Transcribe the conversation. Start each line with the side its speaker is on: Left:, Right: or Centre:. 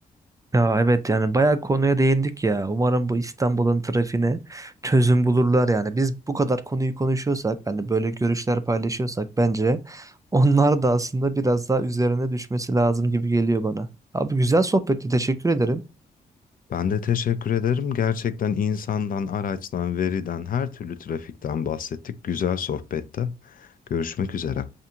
Right: Ya evet yani bayağı konuya değindik ya. Umarım bu İstanbul'un trafiğine çözüm bulurlar yani. Biz bu kadar konuyu konuşuyorsak hani böyle görüşler paylaşıyorsak bence onlar da aslında biraz daha üzerine düşmesi lazım gibi geliyor bana. Abi güzel sohbetti. Teşekkür ederim.
Left: Ben de teşekkür ederim. Gerçekten insandan, araçtan, veriden, her türlü trafikten bahsettik. Güzel sohbette. Görüşmek üzere.